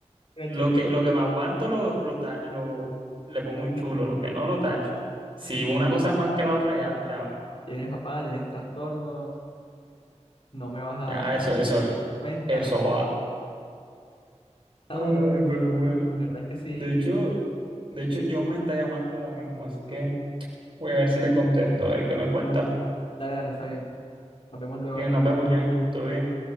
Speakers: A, on the left; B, on the right.
A: una
B: Lo
A: cheque,
B: que, lo que me aguanto lo, lo, ta- lo- le pongo un chulo, lo que no lo tacho. Si
A: tienes
B: una cosa
A: papá,
B: es más que la otra, ya, chao.
A: tienes papá, tienes trastornos, no me vas
B: Ya,
A: a dar
B: eso, eso,
A: cuenta.
B: eso,
A: <laughs> No,
B: Ay,
A: no, la
B: pero bueno.
A: verdad es que sí.
B: De hecho, de hecho, John me está llamando ahora mismo, así que voy a ver si le contesto, a ver qué me cuenta.
A: Dale, dale, está bien. Nos vemos luego
B: Bien,
A: entonces.
B: nos vemos, Jane. Todo bien.